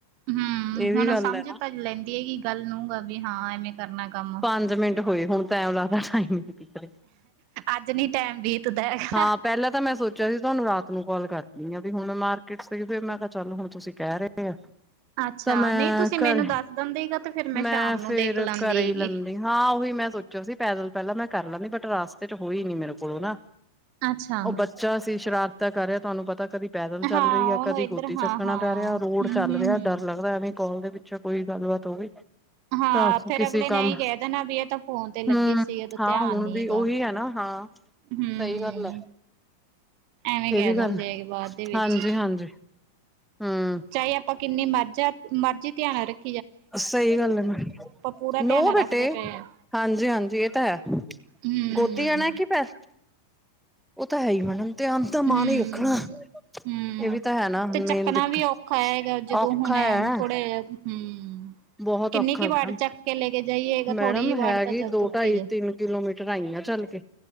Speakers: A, on the right; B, in the centre.
A: ਹਮ
B: ਇਹ ਵੀ
A: ਹੁਣ
B: ਗੱਲ
A: ਉਹ ਸਮਝ
B: ਹੈ।
A: ਤਾਂ ਲੈਂਦੀ ਹੈਗੀ ਗੱਲ ਨੂੰਗਾ ਵੀ ਹਾਂ ਐਵੇਂ ਕਰਨਾ ਕੰਮ
B: ਪੰਜ ਮਿੰਟ ਹੋਏ ਹੁਣ ਟੈਮ ਲੱਗਦਾ
A: ਅੱਜ ਨੀ ਟਾਈਮ ਬੀਤਦਾ ਹੈਗਾ
B: ਹਾਂ ਪਹਿਲਾਂ ਤਾਂ ਮੈਂ ਸੋਚਿਆ ਸੀ ਤੁਹਾਨੂੰ ਰਾਤ ਨੂੰ ਕਾਲ ਕਰ ਨ ਵੀ ਹੁਣ ਮਾਰਕੀਟ ਸੇ ਫਿਰ ਮੈਂ ਕਿਹਾ ਚੱਲ ਹੁਣ ਤੁਸੀਂ ਕਹਿ ਰਹੇ ਆ
A: ਅੱਛਾ
B: ਤਾਂ ਮੈਂ
A: ਨਹੀਂ ਤੁਸੀਂ ਮੈਨੂੰ
B: ਘਰੇ।
A: ਦੱਸ ਦਿੰਦੇ ਗਾ ਤੇ ਫਿਰ
B: ਮੈਂ
A: ਸ਼ਾਮ ਨੂੰ
B: ਫੇਰ
A: ਦੇਖ ਲਾਂਦੀ
B: ਘਰੇ ਹੀ
A: ਹੈਗੀ
B: ਲੈਂਦੀ। ਹਾਂ ਉਹੀ ਮੈਂ ਮੈਂ ਸੋਚਿਆ ਸੀ। ਪੈਦਲ ਪਹਿਲਾਂ ਮੈਂ ਕਰ ਲੈਂਦੀ ਬਟ ਰਸਤੇ ਚ ਹੋਈ ਨੀ ਮੇਰੇ ਕੋਲੋਂ ਨਾ
A: ਅੱਛਾ
B: ਉਹ ਬੱਚਾ ਸੀ ਸ਼ਰਾਰਤਾਾਂ ਕਰ ਰਿਹਾ ਤੁਹਾਨੂੰ ਪਤਾ ਕਦੀ ਪੈਦਲ ਚੱਲ
A: ਹਾਂ
B: ਰਹੀ ਹੈ।
A: ਉਹਨੂੰ
B: ਕਦੀ
A: ਇੱਧਰ
B: ਗੌਦੀ ਚੱਕਣਾ
A: ਹਾਂ ਹਾਂ
B: ਪੈ ਰਿਹਾ। ਰੋਡ
A: ਹਮ
B: ਚੱਲ
A: ਹਮ
B: ਰਿਹਾ
A: ਹਮ
B: ਡਰ ਲੱਗਦਾ ਐਵੇਂ ਕਾਲ ਦੇ ਪਿੱਛੋ ਕੋਈ ਗੱਲਬਾਤ ਹੋਵੇ।
A: ਹਾਂ
B: ਤਾਂ
A: ਫੇਰ
B: ਕਿਸੇ
A: ਅਗਲੇ
B: ਕੰਮ
A: ਨੇ ਇਹੀ ਕਹਿ ਦੇਣਾ ਵੀ ਇਹ ਤਾਂ ਫੋਨ ਤੇ ਲੱਗੀ
B: ਹਮ
A: ਸੀ ਇਹਦਾ
B: ਹਾਂ
A: ਧਿਆਨ
B: ਹੁਣ
A: ਨੀ
B: ਵੀ
A: ਹੈਗਾ
B: ਉਹੀ ਹੈ ਨਾ। ਹਾਂ
A: ਹਮ
B: ਸਹੀ ਗੱਲ ਹੈ
A: ਐਵੇਂ
B: ਇਹ
A: ਕਹਿ
B: ਵੀ
A: ਦਿੰਦੇ
B: ਗੱਲ।
A: ਆ ਕਿ ਬਾਅਦ ਦੇ ਵਿੱਚ
B: ਹਾਂਜੀ-ਹਾਂਜੀ ਹੂੰ,
A: ਚਾਹੇ ਆਪਾਂ ਕਿੰਨੀ ਮਜ਼ ਮਰਜੀੀ ਧਿਆਨ ਰੱਖ
B: ਸਹੀ ਗੱਲ ਹੈ।
A: ਪੂਰਾ
B: ਨੋ
A: ਧਿਆਨ
B: ਬੇਟੇ,
A: ਰੱਖਦੇ ਪਏ ਆ
B: ਹਾਂਜੀ-ਹਾਂਜੀ ਇਹ ਤਾਂ ਹੈ
A: ਹਮ
B: ਗੋਦੀ ਆਣਾ ਕਿ ਪੈਸ। ਉਹ ਤਾਂ ਹੈ ਹੀ ਹੋਣਾ ਧਿਆਨ ਤਾਂ ਮਾਂ
A: ਹਮ
B: ਨੇ ਹੀ ਰੱਖਣਾ
A: ਹਮ
B: ਇਹ ਵੀ ਤਾਂ ਹੈ ਨਾ ਮੇਨ
A: ਤੇ ਚੱਕਣਾ
B: ਦਿੱਕਤ।
A: ਵੀ ਔਖਾ ਹੈਗਾ ਜਦੋਂ
B: ਔਖਾ
A: ਹੁਣ
B: ਹੈ
A: ਥੋੜੇ ਹਮ
B: ਬਹੁਤ
A: ਕਿੰਨੀ
B: ਔਖਾ।
A: ਕੁ ਵਾਰ
B: ਮੈਡਮ
A: ਚੱਕ ਕੇ ਲੈ ਕੇ ਜਾਈਏਗਾ ਥੋੜ੍ਹੀ
B: ਮੈਡਮ
A: ਜਿਹੀ ਵਾਰ
B: ਹੈਗੀ।
A: ਤਾਂ
B: ਦੋ,
A: ਤੁਰ
B: ਢਾਈ,
A: ਕੇ ਜਾ
B: ਤਿੰਨ ਕਿਲੋਮੀਟਰ ਆਈ ਆ। ਚੱਲ ਕੇ